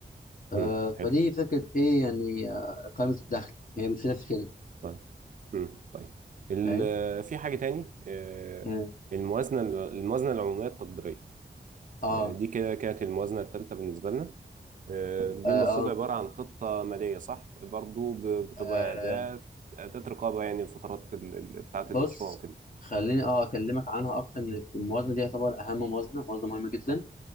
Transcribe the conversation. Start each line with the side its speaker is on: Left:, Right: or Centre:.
Left: آه
Right: مم. حلو
Left: فدي فكره ايه يعني آه قائمه الدخل هي بتفيدك في كده
Right: طيب امم طيب ال-
Left: فاهم
Right: في حاجة تاني آه،
Left: مم.
Right: الموازنة الموازنة العمومية التقديرية
Left: اه
Right: آه، دي كده كانت الموازنة الثالثة بالنسبة لنا آه، دي
Left: اه
Right: المفروض
Left: اه
Right: عبارة عن خطة مالية صح؟ برضو ب- بتبقى
Left: آه،
Right: أداة أداة رقابة يعني الفترات ال- ال- بتاعة
Left: بص
Right: المشروع وكده
Left: خليني اه اكلمك عنها اكتر ان الموازنه دي يعتبر اهم موازنه موازنه مهمه جدا